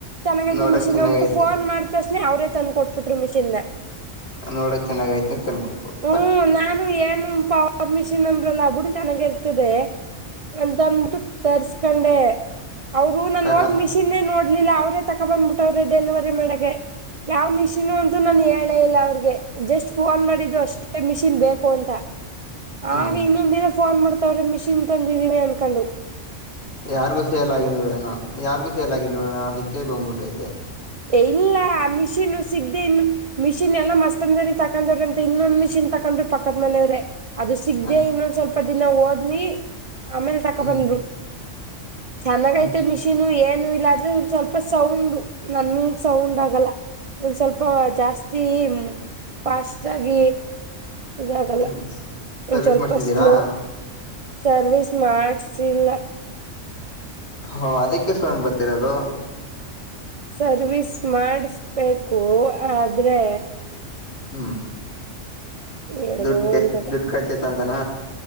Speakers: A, on the right; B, on the left.
A: ಚೆನ್ನಾಗೈಐತಿ
B: ನೋಡಕ್
A: ಮಿಷಿನ್
B: ಚೆನ್ನಾಗೈತೆ
A: ಅಂದ್ಬಿಟ್ಟು ಫೊನ್ ಮಾಡತಕ್ಷಸ್ಣೆ ಅವ್ರೇ ತಂದ್ಕ ಕೊಟ್ಬಿಟ್ರಿ ಮಿಷಿನ <unintelligible>
B: ನೋಡೋಕ್ ಚೆನ್ನಾಗ ಐತೆತಿ ತನ್ಕೊಪ್ಪು <unintelligible>
A: ಹ್ಮ್ ನಾನು ಏನು ಪವರ್ ಮಿಷಿನ್ ಅಂದ್ರಲ್ಲ ಬಿಿಟ್ಟಡು ಚೆಾಗಿ ಇರ್ತದೆ ಅಂತಂದ <unintelligible> ತರ್ಕೊಂಡೆ ಅವರು ನ
B: ತಗ
A: ಹ ಮಿಷಿನ್ <unintelligible> ೇ ನೋಡ್ಲಿಲ್ಲ ಅವ್ರೇ ತಕೊ ಬಂದ್ಬಿಟ್ಟವ್ರಿ ಡೆಲಿವರಿ ಮಾಡೆ <unintelligible> ಯಾವ ಮಿಷಿನು ಅಂತೂ ನಾನು ಹೇಳೇ ಇಲ್ಲ ಅವ್ರಿಗೆ <unintelligible> ಜಸ್ಟ್ ಫೋನ್ ಮಾಡಿದ್ದು ಅಷ್ಟೇ ಮಿಷಿನ್ ಬೇಕು ಅಂತ
B: ಹ
A: ಆಗ ಇನ್ನೊಂದಿನ ಫೋನ್ ಮಾಡ್ತಾವ್ರೆ ಮಿಷಿನ್ ತಂದಿದೀವಿ ಅಂದಕೊಂಡು
B: ಯಾರಿಗು ಸೇಲ್ ಆಗಿ ನೋಡೋಣ ಯಾರಿಗೂ ಸೇಲ್ ಆಗರ್ ನೋಡಣ ಅದಕ್ಕೆ ಬೊ್ಬಿಟ್ಟೈತೆ
A: ಇಲ್ಲ ಮಿಷೆನು ಸಿಗ್ದೇನು ಮಿಷಿನ್ ಎಲ್ಲ ಮಸ್ ಅಂದರಿ ತಕೊಂಡ್ರ ಅಂತ ಇನ್ನೊಂದ್ ಮಿಷಿನ್ ತಕೊಂಡ್ರು ಪಕ್ಕದ ಮನೆಯವ್ರೆ ಅದು ಸಿಗ್ದ
B: ಹ
A: ಇನ್ನೊಂದ್ ಸ್ವಲ್ಪ ದಿನ ಓದ್ಮಿ ಆಮೇಲ್ ತಕ
B: ಹ್ಮ್
A: ಬಂದ್ರು ಚೆನ್ನಾಗಐತೆ
B: ಹ್ಮ್
A: ಮಿಷೀನ್ ಏನು ಇಲ್ಲ ಆದ್ರೆ ಒ ಸ್ವಲ್ಪ ಸೌಂಡ್ ನನ್ ಸೌಂಡ್ ಆಗಲ್ಲ ಒಂದು ಸ್ವಲ್ಪ ಜಾಸ್ತಿ ಪಷ್ಟಟ ಗ ಇದಾಗಲ್ಲ
B: ಹ್ಮ್ ಸರ್ವಿಸ್
A: ಒಂದ ಸ್ವಲ್ಪ
B: ಮಾಡ್ಸಿದ್ದೀರಾ
A: ಸ್ಲೋ ಸರ್ವಿಸ್ ಮಾಡ ಸಿಿಲ್ಲ
B: ಹಾ ಅದಕ್ಕೆ ಸೋನ್ ಬರ್ತಿರೋದು
A: ಸರ್ವಿಸ್ ಮಾಡಿಸಬೇಕು ಆದ್ರೆ
B: ಹಾ
A: ಏನೋ
B: ದುಡ್ಡು
A: ಒಂತರ
B: ದುಡ್ಡು ಖರ್ಚೈತ ಅಂತನ